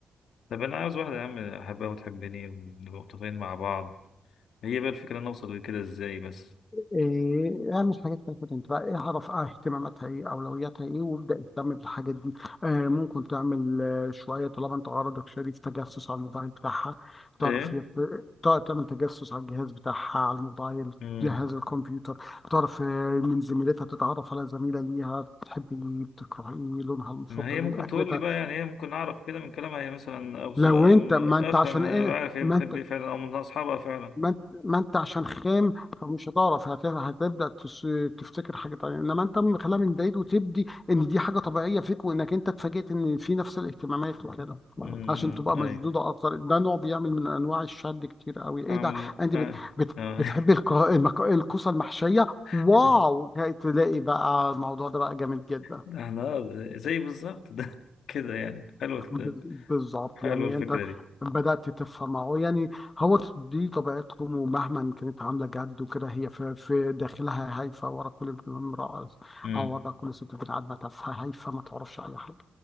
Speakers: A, on the left; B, on the left.
A: طب انا عاوز واحده يا عم احبها وتحبني ونبقى متفقين مع بعض هي بقى الفكره نوصل لكده ازاي بس
B: إيه، اعمل حاجات تلفت انتباه إيه، اعرف آه، اهتماماتها ايه اولوياتها ايه وابدا اهتم بالحاجات دي آه ممكن تعمل آه شويه طالما انت عرضك شريف تجسس على الموبايل بتاعها
A: ايه
B: تعرف هي بت- تع- تعمل تجسس على الجهاز بتاعها على الموبايل
A: امم
B: جهاز الكمبيوتر تعرف آه، من زميلتها تتعرف على زميلة ليها بتحب ايه بتكره ايه لونها المفضل
A: ما هي ممكن
B: ايه اكلتها
A: تقول لي بقى يعني هي ممكن اعرف كده من كلامها هي مثلا او سو-
B: لو
A: أم-
B: انت ما انت
A: افهم
B: عشان
A: أبقى
B: ايه
A: عارف هي
B: ما
A: بتحب
B: انت
A: ايه فعلا او من اصحابها فعلا
B: ما انت ما انت عشان خام فمش هتعرف هت- هتبدا تس- تفتكر حاجه تانية انما انت مخليها من بعيد وتبدي ان دي حاجه طبيعيه فيك وانك انت اتفاجئت ان في نفس الاهتمامات وكده
A: امم
B: عشان تبقى
A: ايوه
B: مشدوده اكتر ده نوع بيعمل من انواع الشد كتير قوي ايه
A: اعمل
B: ده انت
A: اه,
B: بت بت
A: آه.
B: بتحبي الق- المك- الكوسه المحشيه واو
A: <laughs>
B: تلاقي بقى الموضوع ده بقى جامد جدا
A: ده احنا آه، زي بالظبط ده <laughs> كده يعني حلوة
B: بز- بالظبط
A: حلوة
B: يعني
A: الفكرة
B: انت
A: دي
B: بدأت تفهم اهو يعني هو دي طبيعتهم ومهما كانت عاملة جد وكده هي في, في داخلها هايفة ورا كل امرأة
A: امم
B: او ورا كل ست بنت عادمة تافهة هايفة ما تعرفش اي حاجة